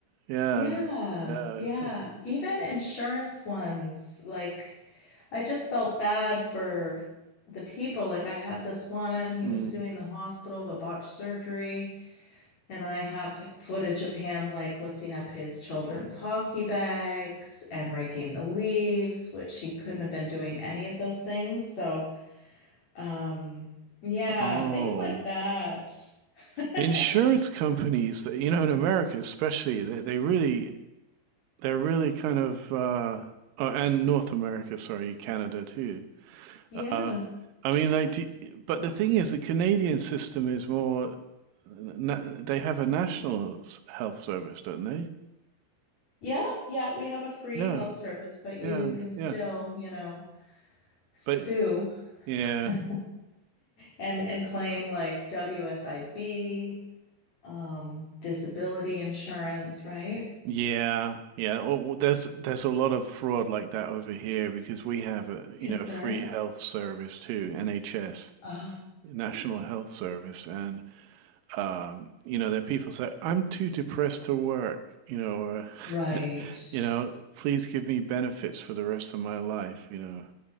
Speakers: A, on the right; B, on the left.
A: Yeah,
B: Yeah,
A: yeah.
B: yeah.
A: It's just
B: Even insurance ones, like I just felt bad for the people. Like I had this one, he
A: mm.
B: was suing the hospital of a botched surgery, and I have h- footage of him like lifting up his children's hockey bags and raking the leaves, which he couldn't have been doing any of those things. So, um, yeah,
A: oh,
B: things like that. <laughs>
A: insurance
B: I just,
A: companies that you know in America especially they they really they're really kind of uh, oh, and North America sorry Canada too.
B: yeah.
A: Uh, I mean like do, but the thing is the Canadian system is more na they have a national s- health service, don't they?
B: Yeah, yeah, we have a free
A: Yeah,
B: health service, but you
A: yeah,
B: can still,
A: yeah.
B: you know, sue
A: But Yeah,
B: <laughs> and and claim like WSIB, um, disability insurance, right?
A: yeah, yeah. Well, there's there's a lot of fraud like that over here because we have a
B: Is
A: you know a
B: there?
A: free health service too, NHS,
B: Oh,
A: National Health Service, and um, you know there are people say I'm too depressed to work, you know, or,
B: right.
A: <laughs> you know, please give me benefits for the rest of my life, you know.